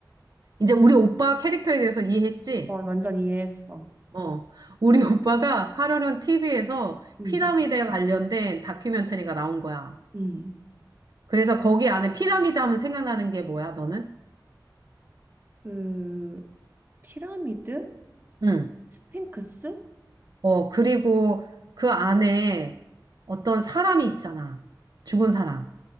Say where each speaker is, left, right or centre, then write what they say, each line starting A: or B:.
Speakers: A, on the right (about 60°); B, on the right (about 25°).
A: 이제 우리 오빠 캐릭터에 대해서 이해했지?
B: 어, 완전 이해했어.
A: 어. 우리 <laughs> 오빠가 하루는 TV에서
B: 음,
A: 피라미드에 관련된 다큐멘터리가 나온 거야.
B: 음.
A: 그래서 거기 안에 피라미드 하면 생각나는 게 뭐야, 너는?
B: 그, 피라미드?
A: 응.
B: 그 스핑크스?
A: 어, 그리고 그 안에 어떤 사람이 있잖아. 죽은 사람.